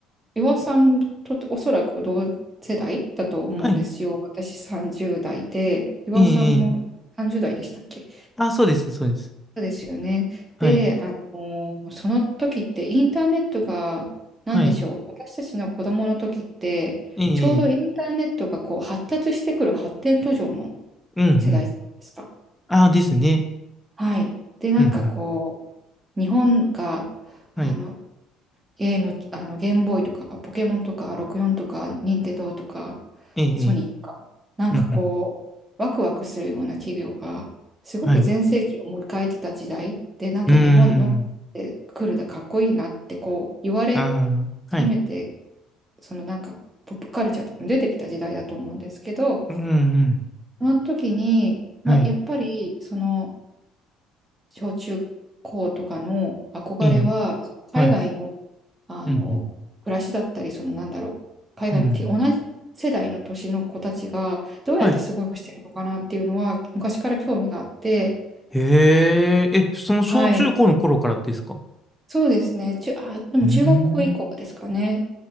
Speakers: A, on the right (about 15°); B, in the centre.
A: 岩尾さんとおそらく同世代だと思うんですよ。
B: はい。
A: 私30代で、岩尾さんも30代でしたっけ
B: ええ、ええ。あ、そうです、そうです。
A: そうですよね。
B: はい、
A: で、あのーその時ってインターネットが何でしょう、
B: はい。
A: 私たちの子供の時って、
B: ええ、
A: ちょうどインターネットがこう発達してくる発展途上の
B: ええ。うん、うん。
A: 世代じゃないですか。
B: ああ、ですね。
A: はい。で、なんかこ
B: うん、うん。
A: う、日本があの
B: はい。
A: ゲーム、あの、ゲームボーイとか、ポケモンとか、64とか、任天堂とか、
B: ええ、
A: ソニーとか、
B: ええ。
A: なんかこう、
B: うん、うん。
A: ワクワクするような企業が、すごく全盛期を迎えてた時代で、
B: はい。
A: なんか日本のえ来るだ、
B: うーん。
A: かっこいいなって、こう、言われ
B: ああ、
A: 始めて、
B: はい。
A: そのなんか、ポップカルチャーとかも出てきた時代だと思うんですけど、
B: うん、うん。
A: その時に、まあ、
B: はい。
A: やっぱり、その、小中高とかの憧れは、
B: ええ、
A: その海外の
B: はい。
A: あの暮らしだったり、
B: うん、
A: そのなんだろう、海外のティ同じ世代の年の子たちがどうやって過ごしてるのかなっていうのは昔から興味があって、
B: うん。うんはい。へえ、え、その小中高の頃からですか
A: はい。そうですね、中あ、でも中学校以降ですかね。
B: うーん。